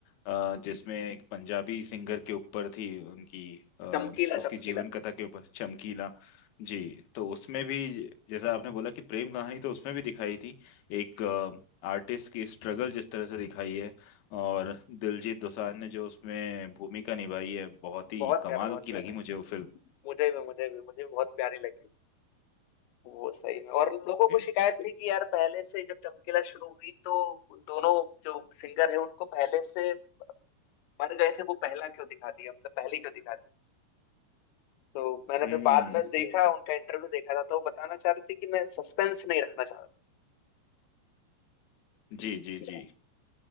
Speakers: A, on the left; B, on the left.
A: अ, जिसमें एक पंजाबी सिंगर के ऊपर थी उनकी अ,
B: चमकीला
A: उसकी
B: चमकीला
A: जीवन कथा के ऊपर चमकीला जी तो उसमें भी जैसा आपने बोला कि प्रेम कहानी तो उसमें भी दिखाई थी एक आर्टिस्ट की स्ट्रगल जिस तरह से दिखाई है और दिलजीत दोसांझ ने जो उसमें भूमिका निभाई है बहुत ही
B: बहुत
A: कमाल
B: प्यारा बहुत
A: की
B: प्यारा
A: लगी मुझे वो फिल्म
B: मुझे भी मुझे भी मुझे भी बहुत प्यारी लगी वो सही में और लोगों
A: जी।
B: को शिकायत थी कि यार पहले से जब चमकीला शुरू हुई तो दोनों जो सिंगर है उनको पहले से मर गए थे वो पहला क्यों दिखा दिया मतलब पहले क्यों दिखा दिया तो मैंने
A: हम्म
B: फिर बाद में देखा उनका इंटरव्यू देखा था तो वो बताना चाह रहे थे कि मैं सस्पेंस नहीं रखना चाह रहा
A: जी जी जी